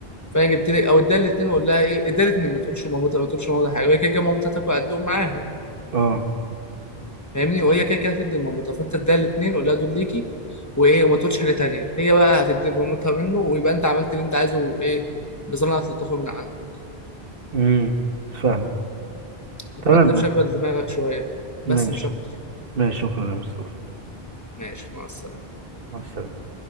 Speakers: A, on the left (about 15°); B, on the right (about 65°).
A: فانا جبت لك او اديها الاثنين وقول لها ايه اديها الاثنين ما تقولش مامتها ما تقولش مامتها حاجه وهي كده كده مامتها هتاكل هتدوق معاها
B: اه
A: فاهمني وهي كده كده هتدي لمامتها فانت اديها الاثنين قول لها دول ليكي وايه وما تقولش حاجه تانيه هي بقى هتدي لمامتها منه ويبقى انت عملت اللي انت عايزه وايه بصنعة لطافه من عندك
B: امم فاهم
A: تبقى
B: تمام
A: انت مشغل دماغك شوية بس
B: ماشي
A: مش اكتر
B: ماشي شكرا يا مصطفى
A: ماشي مع السلامة
B: مع السلامة